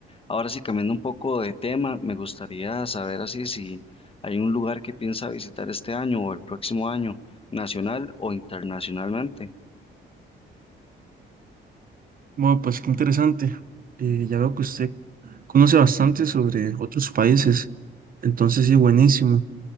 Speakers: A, on the left; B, on the right.
A: Ahora sí, cambiando un poco de tema, me gustaría saber así si hay un lugar que piensa visitar este año o el próximo año, nacional o internacionalmente.
B: Bueno, pues qué interesante. Eh, ya veo que usted conoce bastante sobre otros países, entonces sí, buenísimo.